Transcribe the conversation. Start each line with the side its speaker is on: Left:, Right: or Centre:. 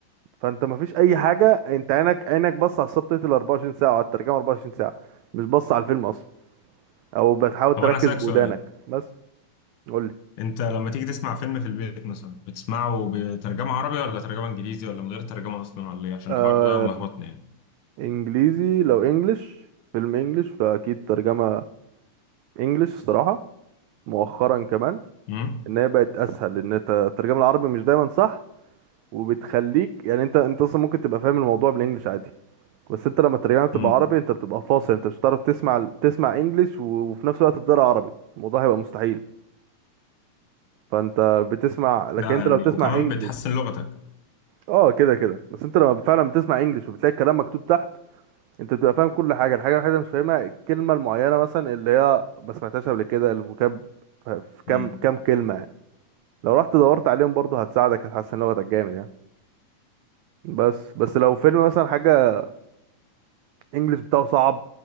Right: فانت ما فيش اي حاجه انت عينك عينك بص على السبتايتل 24 ساعه وعلى الترجمه 24 ساعه مش بص على الفيلم اصلا او بتحاول
Left: طب
Right: تركز
Left: أنا هسألك
Right: بودانك
Left: سؤال
Right: بس قول لي
Left: أنت لما تيجي تسمع فيلم في البيت مثلا بتسمعه بترجمة عربي ولا ترجمة إنجليزي ولا من غير ترجمة أصلا ولا إيه عشان
Right: آه
Left: الحوار ده ملخبطني يعني
Right: انجليزي لو انجلش فيلم انجلش فاكيد ترجمه انجلش الصراحة مؤخرا كمان
Left: امم
Right: ان هي بقت اسهل ان انت الترجمة العربي مش دايما صح وبتخليك يعني انت انت اصلا ممكن تبقى فاهم الموضوع بالانجلش عادي بس انت لما الترجمة بتبقى
Left: امم
Right: عربي انت بتبقى فاصل انت مش هتعرف تسمع تسمع انجلش و- وفي نفس الوقت بتقرا عربي الموضوع هيبقى مستحيل فانت بتسمع لكن
Left: ده
Right: انت
Left: يعني
Right: لو بتسمع
Left: وكمان
Right: انجلش
Left: بتحسن لغتك
Right: اه كده كده بس انت لما فعلا بتسمع انجلش وبتلاقي الكلام مكتوب تحت انت بتبقى فاهم كل حاجة الحاجة الوحيدة اللي مش فاهمها الكلمة المعينة مثلا اللي هي ما سمعتهاش قبل كده الفوكاب في كام
Left: امم
Right: كام كلمة لو رحت دورت عليهم برضه هتساعدك هتحسن لغتك جامد يعني بس بس لو فيلم مثلا حاجة انجلش بتاعه صعب